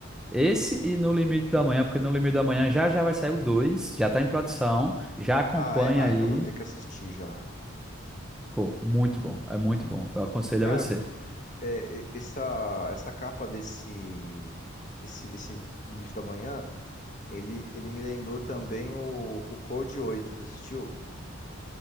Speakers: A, in the centre; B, on the left.
A: esse e No Limite da Manhã, porque No Limite da Manhã já já vai sair o dois já tá em produção, já acompanha
B: Ah, é, ah,
A: aí.
B: então vou ter que assistir já.
A: Pô, muito bom, é muito bom. Eu aconselho
B: Cara,
A: a você.
B: f- é, e- essa, essa capa desse, desse, desse vídeo da manhã, ele, ele me lembrou também o, o Code 8, você assistiu?